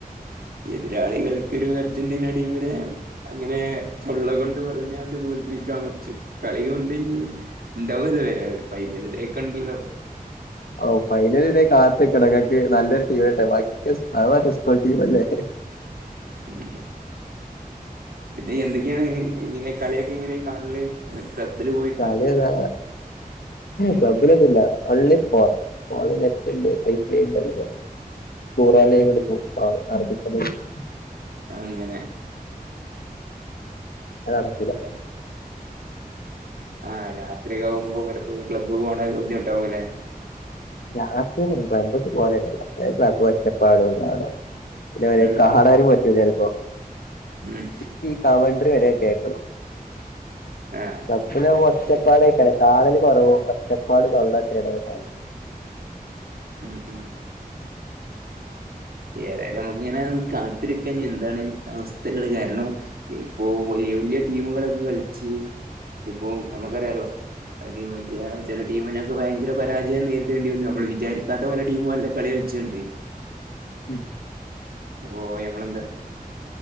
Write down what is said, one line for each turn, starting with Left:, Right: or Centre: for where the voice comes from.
Right: എതിരാളികൾക്കൊരു അർജന്റീന ടീമിനെ അങ്ങനെ തൊള്ള കൊണ്ട് പറഞ്ഞാണ്ട് തോൽപ്പിക്കാന്ന് പക്ഷെ കളി കൊണ്ടേഞ്ഞി ഇണ്ടാവല്ലോ വരാൻ അവര് ഫൈനൽ ഡേക്കൊണ്ടല്ലോ
Left: ഓഹ് ഫൈനല് വരെ കാത്ത്കണം ഇങ്ങക് നല്ലൊരു ടീം ആട്ടെ അത് മറ്റേ സ്കൂൾ ടീം അല്ലേ
Right: ഉം പിന്നെ എന്തൊക്കെയാണ് ഇങ്ങനെ കളിയൊക്കെ ഇങ്ങനെ കാണല് ക്ലബ്ബില് പോയി
Left: കളിയതാ ക്ലബ്ബിലൊന്നുല്ല ഒൺലി ഫോൺ. ഫോണി നെറ്റിണ്ട് വൈഫൈ ഇണ്ടല്ലപ്പം <unintelligible>
Right: ഉം
Left: ലൈവ് എടുക്കും <unintelligible>
Right: അങ്ങനെ
Left: അത് നടക്കൂല്ല.
Right: യ ആഹ് രാത്രിക്കിവുമ്പോ പലപ്പോഴും ക്ലബ്ബ് പോകണ ബുദ്ധിമുട്ടാവുല്ലേ.
Left: രാത്രി ക്ലബ്ബ് പോവലെനെല്ല ക്ലബ് ഒച്ചപ്പാടും ബഹളോം പിന്നവരെ
Right: ഉം
Left: കാണാനും പറ്റൂല ചിലപ്പോ.
Right: ഉം
Left: ഫിഫ എൻട്രി വരെ കേൾക്കണം.
Right: ആഹ്
Left: <unintelligible> ഒച്ചപ്പാടൊക്കാണ് കാലില് കുറവും ഒച്ചപ്പാട് <unintelligible> ഇടേക്കാല്
Right: മ് മ് ഏതായാലും നമുക്കിങ്ങനെ കാത്തിരിക്കാൻ എന്താണ് അവസ്ഥകള് കാരണം. ഇപ്പൊ വലിയ വലിയ ടീമുകളൊക്കെ കളിച്ച് അതിപ്പോ നമ്മുക്കറിയാലോ. അയില് വലിയ ചില ടീമിനൊക്കെ ഭയങ്കര പരാജയം നേരിടേണ്ടി വന്നു നമ്മൾ വിചാരിക്കാത്ത പല ടീമും അല്ല കളിക ച്ചിണ്ട്.
Left: ഉം
Right: പോ ഞമ്മളെന്താ